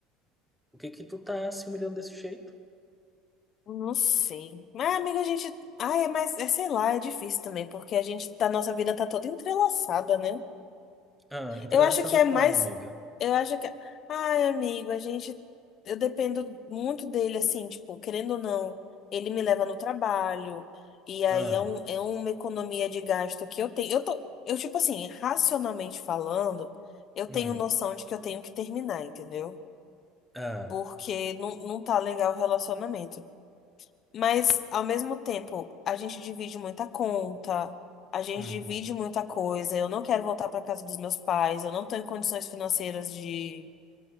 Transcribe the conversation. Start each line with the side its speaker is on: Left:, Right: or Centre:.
Centre: Por que que tu tá se humilhando desse jeito?
Left: Não sei. Mas, amigo, a gente. Ai, mas é, sei lá, é difícil também, porque a gente, tá- nossa vida tá toda entrelaçada, né?
Centre: Ah, entrelaçada
Left: Eu acho que é
Centre: como,
Left: mais.
Centre: amiga?
Left: Eu acho que. Ai, amigo, a gente. Eu dependo muito dele, assim, tipo, querendo ou não, ele me leva no trabalho. E aí
Centre: Ah,
Left: é, um, é uma economia de gasto que eu tenho. Eu tô. Eu, tipo assim, racionalmente falando, eu
Centre: hum,
Left: tenho noção de que eu tenho que terminar, entendeu?
Centre: ah,
Left: Porque não, não tá legal o relacionamento. Mas, ao mesmo tempo, a gente divide muita conta, a gente
Centre: uhum,
Left: divide muita coisa. Eu não quero voltar para casa dos meus pais, eu não estou em condições financeiras de,